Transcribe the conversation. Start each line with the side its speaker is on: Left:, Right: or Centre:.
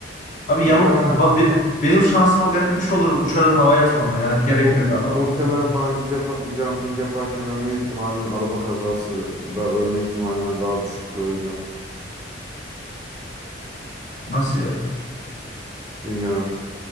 Left: Abi
Right: muhtemelen
Left: yamuk ba- be- benim şansıma garip bir şey olur uçarız havaya sonra ya gerek
Right: Mu-
Left: yok
Right: mu-
Left: abi ama
Right: muhtemelen bungee jump- jumping yaparken ölme ihtimalin araba kazasında ölme ihtimalinden daha düşüktür o yüzden.
Left: nasıl ya?
Right: Bilmiyorum.